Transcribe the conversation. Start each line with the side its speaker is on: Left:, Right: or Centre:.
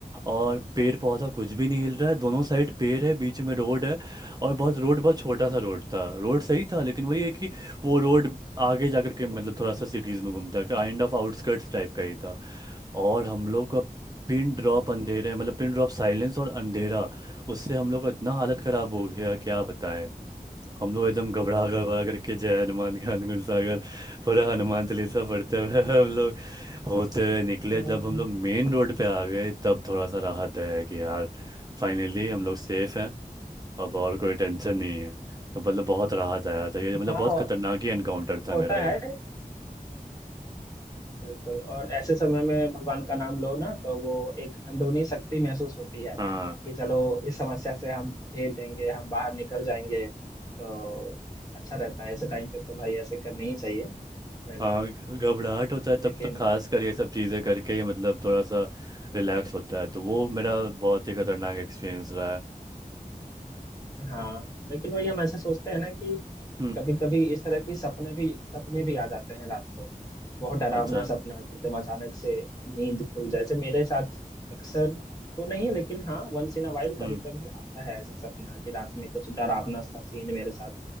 Right: और पेड़ पौधा कुछ भी नहीं हिल रहा है दोनों साइड पेड़ है बीच में रोड है और बहुत रोड बहुत छोटा सा रोड था रोड सही था लेकिन वही है कि वो रोड आगे जाकर के मतलब थोड़ा सा सिटीज़ में घूमता है काइंड ऑफ आउटस्कर्ट्स टाइप का ही था और हम लोग का पिन ड्रॉप अंधेरे मतलब पिन ड्रॉप साइलेंस और अंधेरा उससे हम लोग का इतना हालत खराब हो गया क्या बताएं हम लोग एकदम घबरा घबरा करके जय हनुमान खान गुलसागर पूरा हनुमान चालीसा पढ़ते हुए <laughs> हम लोग होते हुए निकले
Left: <laughs>
Right: जब हम लोग मेन रोड पे आ गए तब थोड़ा सा राहत है कि यार फाइनली हम लोग सेफ हैं अब और कोई टेंशन नहीं है तो मतलब बहुत राहत आया था ये मतलब
Left: हाँ
Right: बहुत खतरनाक ही एनकाउंटर था
Left: होता
Right: मेरा ये
Left: है बिल्कुल और ऐसे समय में भगवान का नाम लो ना तो वो एक अंदरूनी शक्ति महसूस होती है
Right: हाँ
Left: कि चलो इस समस्या से हम झेल लेंगे हम बाहर निकल जाएंगे तो अच्छा रहता है ऐसे टाइम पे तो भाई ऐसे करनी ही चाहिए है ना
Right: हाँ घ- घबराहट होता है तब
Left: लेकिन
Right: तो खास कर ये सब चीज़ें करके ही मतलब थोड़ा सा रिलैक्स होता है तो वो मेरा बहुत ही खतरनाक एक्सपीरियंस रहा है
Left: हाँ लेकिन वही हम ऐसे सोचते हैं ना कि
Right: हम्म
Left: कभी कभी इस तरह की सपने भी सपने भी आ जाते हैं रात को बहुत डरावना
Right: अच्छा
Left: सपना कि तुम अचानक से नींद खुल जाए जैसे मेरे साथ अक्सर तो नहीं लेकिन हाँ वंस इन अ वाइल
Right: हम्म
Left: कभी कभी आता है ऐसा सपना कि रात में कुछ डरावना सा सीन मेरे साथ